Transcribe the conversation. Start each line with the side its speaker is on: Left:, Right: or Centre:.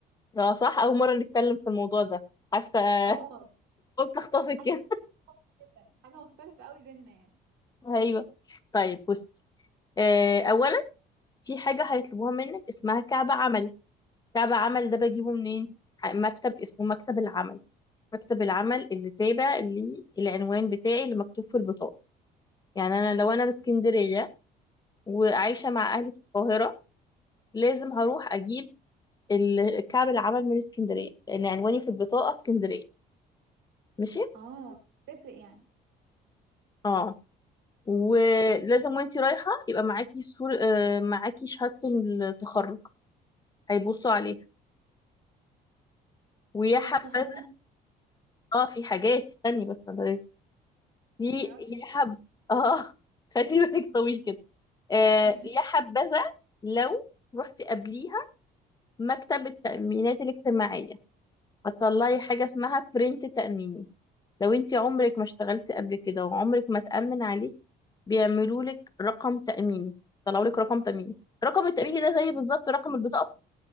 Left: اه صح اول مرة نتكلم في الموضوع ده عارفة
Right: اه
Left: <laughs> قلت اخطفك
Right: حاجه
Left: كده
Right: مختلفه حاجه مختلفه قوي بينا يعني
Left: ايوه طيب بصي آه، اولا في حاجة هيطلبوها منك اسمها كعب عملي تابع عمل ده بجيبه منين ح- مكتب اسمه مكتب العمل مكتب العمل اللي تابع للعنوان بتاعي اللي مكتوب في البطاقة يعني أنا لو أنا من اسكندرية وعايشة مع أهلي في القاهرة لازم هروح أجيب ال- كعب العمل من اسكندرية لأن عنواني في البطاقة اسكندرية ماشي؟
Right: اه تفرق يعني
Left: اه ولازم
Right: ماشي
Left: وانتي رايحة يبقى معاكي صور آه، معاكي شهادة التخرج هيبصوا عليها ويا
Right: طيب
Left: حبذا
Right: في حاجه تانية
Left: اه في حاجات استني بس انا لازم ي-
Right: يا نهار ابيض
Left: يا حب اه <laughs> خلي بالك طويل كده آه
Right: <laughs>
Left: يا حبذا لو رحتي قبليها مكتب التأمينات الاجتماعية هتطلعي حاجة اسمها برنت تأميني لو انت عمرك ما اشتغلتي قبل كده وعمرك ما تأمن عليك بيعملوا لك رقم تأميني طلعوا لك رقم تأميني رقم التأميني ده زي بالظبط رقم البطاقة